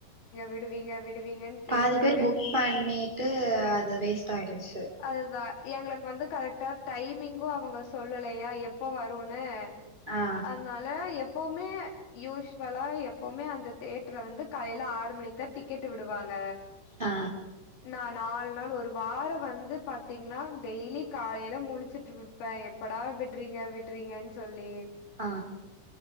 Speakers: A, on the left; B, on the right.
A: விடுவீங்க விடுவீங்கன்னு
B: பாதி
A: கேட்டு
B: பேர் புக் பண்ணிட்டு அது வேஸ்ட் ஆயிடுச்சு
A: அதுதான் எங்களுக்கு வந்து கரெக்டா டைமிங்கும் அவங்க சொல்லலையா எப்போ வரும்ன்னு
B: ஆ
A: அதனால எப்பவுமே யூஷ் இப்பலா எப்பவுமே அந்த தியட்டர்ல வந்து காலையில ஆறு மணிக்கு தா டிக்கெட் விடுவாங்க
B: ஆ
A: நா நாலு நாள் ஒரு வாரம் வந்து பார்த்தீங்கன்னா டெய்லி காலில முழச்சுட்டு விப்பேன் எப்படா விட்றீங்க விட்றீங்கன்னு சொல்லி
B: ஆ